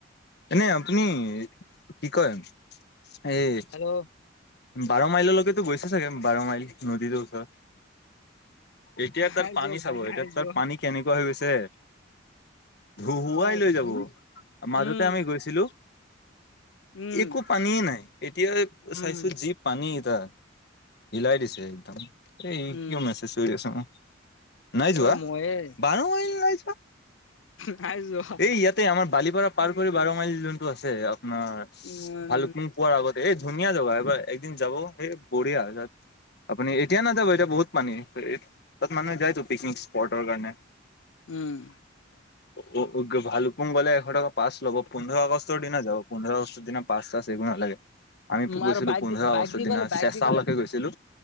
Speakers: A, on the left; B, on the left.
A: এনে আপুনি কি কয় এই।
B: হেল্ল'
A: বাৰ মাইললৈকেতো গৈছে চাগে বাৰ মাইল নদীটোৰ ওচৰত। <unintelligible> এতিয়া
B: নাই
A: তাৰ পানী
B: যোৱা ভাই
A: চাব
B: নাই
A: এতিয়া
B: যোৱা
A: তাৰ পানী কেনেকুৱা হৈ গৈছে। ধুহুৱাই
B: অ
A: লৈ যাব
B: তুমি
A: মাজতে
B: উম
A: আমি গৈছিলোঁ। <unintelligible>
B: উম
A: একো পানীয়ে নাই এতিয়া চাইছা।
B: উম
A: যি পানী এটা হিলাই দিছে একদম। এই
B: উম
A: কিয় মেছেজ কৰি আছা নাই যোৱা
B: এ ময়ে
A: বাৰ মাইল নাই যোৱা। <inaudible>
B: নাই যোৱা
A: এই ইয়াতে আমাৰ বালিপাৰা পাৰ
B: উম
A: কৰি বাৰ মাইল যোনটো আছে আপোনাৰ
B: ইমান
A: ভাল পুং পোৱাৰ আগতে। এই ধুনীয়া জেগা। এইবাৰ একদিন যাব এই বঢ়িয়া হয় তাত। আপুনি এতিয়া না <unintelligible> যাব এতিয়া বহুত পানী। তাত মানুহে যাইতো পিকনিক স্পটৰ কাৰণে।
B: উম।
A: অ ভালুপুং গলে এশ টকা পাছ ল'ব। পোন্ধৰ আগষ্টৰ দিনা যাব পোন্ধৰ আগষ্টৰ দিনা পাছ চাচ। দিব নালাগে আমি
B: উম
A: গৈছিলো।
B: আৰু বাইক দি
A: য
B: বাইক
A: বস্তৰ
B: দি
A: দিনা
B: গ'লে বাইক
A: চেচালকে
B: দি গ'লে
A: গৈছিলো।